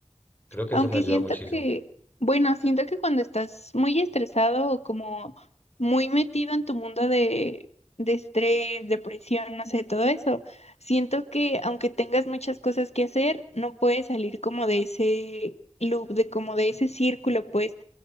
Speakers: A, on the left; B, on the left.
A: Creo que
B: Aunque
A: eso me ayuda
B: siento
A: muchísimo.
B: que, bueno, siento que cuando estás muy estresado o como muy metido en tu mundo de, de estrés, depresión, no sé, todo eso, siento que aunque tengas muchas cosas que hacer, no puedes salir como de ese loop, de como de ese círculo, pues.